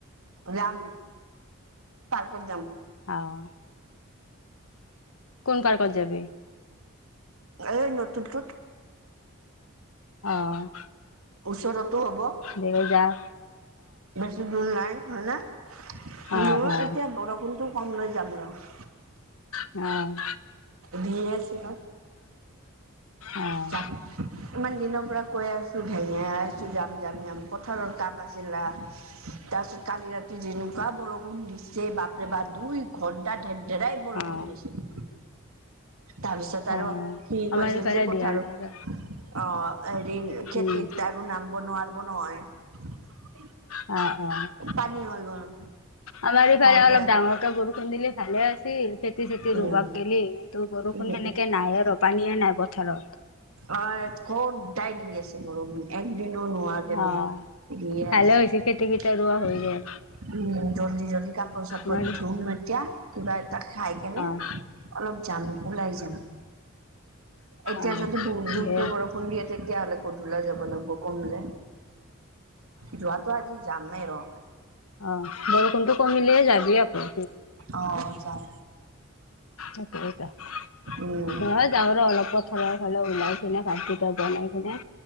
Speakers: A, on the right; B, on the left.
A: যাম, পাৰ্কত যাম',
B: অ অ অ কোন পাৰ্কত যাবি?
A: এ', ন', টোকটোক',
B: অহ',
A: ওচৰতো হ'ব',
B: দে যায়',
A: বেছি দূৰ নাই হয়নে, এতিয়া
B: অ অ
A: বৰষুণটো কমলে যাম ৰ',
B: অহ',
A: দিয়ে আছিলে ন',
B: অ'।
A: যাম', ইমান দিনৰ পৰা কৈ আছোঁ, ভেঙাই আছোঁ যাম, - যাম, -যাম, পথাৰৰ কাম আছিলা',
B: <unintelligible>
A: তাৰপিছত কালি ৰাতি যেনেকুৱা বৰষুণ দিছে বাপৰে বাপ, দুই ঘণ্টা', তা', ধেৰ ধেৰাই বৰষুণ
B: অ',
A: দিছে', তাৰপিছত আৰু
B: অ',
A: সি
B: আমাৰ
A: কৈছে
B: ইফালে
A: যে পথাৰত,
B: দিয়া নাই ৰ।
A: অঁহ', হেৰি', খেতিত
B: উম,
A: আৰু নামিব নোৱাৰিব নহয়',
B: অঁহ', - অঁহ',
A: পানী হৈ গ'ল',
B: আমাৰ ইফালে
A: হওঁতে
B: অলপ ডাঙৰকে বৰষুণ দিলে ভালে আছিল, খেতি- চেতি
A: উম
B: ৰুবাক গেলি', তো', বৰষুণ
A: উম
B: সেনেকে নাইয়ে আৰু পানীয়ে নাই পথাৰত',
A: অঁ', আমাৰ ইয়াত সদাই দি আছে বৰষুণ, একদিনো নোৱাৰো',
B: অ',
A: এতিয়ালৈ দিয়ে
B: ভালে
A: আছে',
B: হৈছে খেতি কেইটা ৰোৱা হৈ গেল।
A: উম', জলদি জলদি কাপোৰ-চাপোৰ
B: আমাৰ
A: ধোম এতিয়া কিবা এটা খাই কেনে',
B: উমঁ',
A: অলপ যাম, ওলাই যাম', এতিয়া
B: অ',
A: যদি বহুত জোৰকে
B: দে
A: বৰষুণ দিয়ে', তেতিয়া হ'লে, গধূলা যাব লাগিব কমিলে, যোৱাটো আজি যামেই ৰ',
B: অঁহ', বৰষুণতো কমিলেই যাবি আকৌ',
A: অঁহ', যাম।
B: তাকেই', নহ'লে
A: উম,
B: যাওঁ, ৰ' অলপ পথাৰৰ ফালে ওলাই কিনে, ভাত কেইটা বনাই কিনে',